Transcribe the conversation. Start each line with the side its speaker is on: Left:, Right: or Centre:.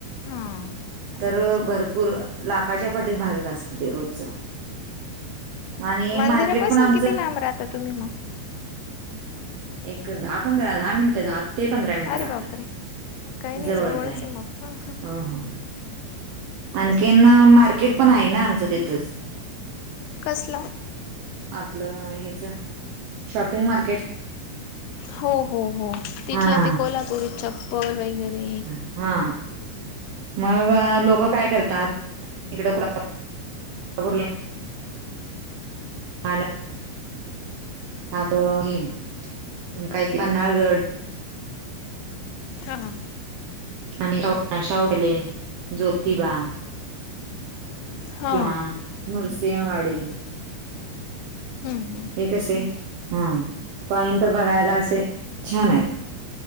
Left: हा खूपच
Right: तर
Left: गर्दी
Right: भरपूर लाखाच्या पटीत भाविक असत ते रोजच आणि
Left: मंदिरापासून
Right: मार्केट पण आमचं
Left: किती राहता तुम्ही मग?
Right: एक दहा, पंधरा, दहा मिनटं, दहा मिनिटं, दहा दहा ते पंधरा मिनटं
Left: अरे
Right: लागतात
Left: बापरे काही नाही
Right: जवळच आहे
Left: मग ह
Right: हो हो हो. आणखीन मार्केट पण आहे ना आमचं तिथेच.
Left: कसल?
Right: आपलं हेच शॉपिंग मार्केट
Left: हो हो हो तिथलं
Right: हां,
Left: ते कोल्हापुरी चप्पल वगैरे
Right: हा. मग लोक काय करतात इकड <inaudible> मला आत घे <inaudible> काय ते पन्हारगड
Left: हा.
Right: आणि शाऊ पॅलेस, ज्योतिबा
Left: हा
Right: किंवा नरसिंहवाडी
Left: हम्म हम्म
Right: हे कसे हा पॉइंट बघायला असे छान आहेत.